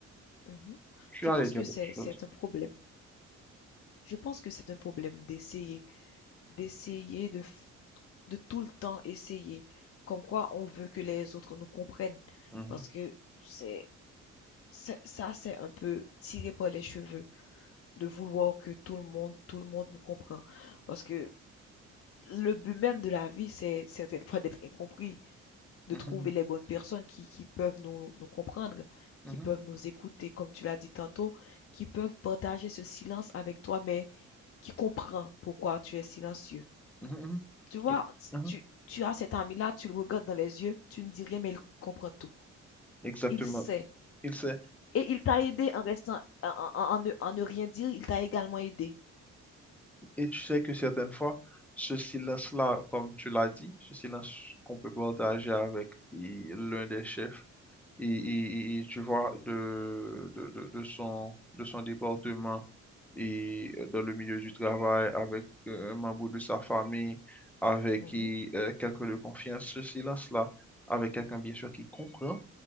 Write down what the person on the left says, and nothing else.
mhm.
Je
pense
que
c'est,
c'est un problème. Je pense que c'est un problème d'essayer, d'essayer de, f- de tout le temps essayer. Comme quoi, on veut que les autres nous comprennent.
Parce que c'est, c'est- ça, c'est un peu tiré par les cheveux de vouloir que tout le monde, tout le monde nous comprenne Parce que le but même de la vie, c'est certaines fois d'être incompris.
de trouver les bonnes personnes qui, qui peuvent nous, nous comprendre,
qui peuvent nous écouter, comme tu l'as dit tantôt, qui peuvent partager ce silence avec toi, mais qui comprend pourquoi tu es silencieux.
Tu vois,
tu, tu as cet ami-là, tu le regardes dans les yeux, tu ne dis rien, mais il comprend tout.
Il sait.
Et il t'a aidé en restant, en, en- en ne, en ne rien dire, il t'a également aidé.
Mhm,